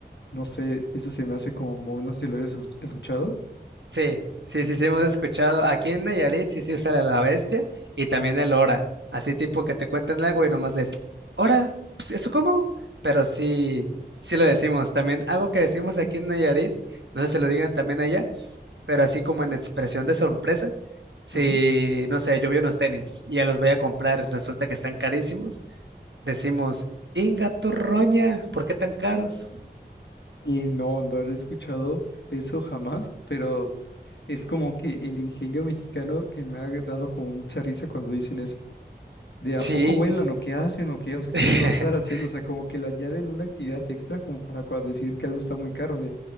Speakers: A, on the left; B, on the right.
A: no sé, eso se me hace como muy, no sé si lo habías escuch- escuchado.
B: Sí, sí, sí, sí, hemos escuchado. Aquí en Nayarit sí se usa la la bestia y también el hora. Así tipo que te cuentan algo y nomás de, ¿hora? Pues, ¿Eso cómo? Pero sí, sí lo decimos. También algo que decimos aquí en Nayarit, no sé si lo digan también allá, pero así como en expresión de sorpresa, si,
A: Ujú.
B: no sé, yo vi unos tenis y ya los voy a comprar, resulta que están carísimos, decimos, Inga Torroña, ¿por qué tan caros?
A: Y no, no lo he escuchado eso jamás, pero es como que el ingenio mexicano que me ha dado como mucha risa cuando dicen eso. ¿De a
B: Sí,
A: poco vuelan o qué hacen o qué? O sea,
B: <laughs>
A: ¿qué me va a estar haciendo? O sea, como que le añaden una actividad extra como para cua- decir que algo está muy caro. De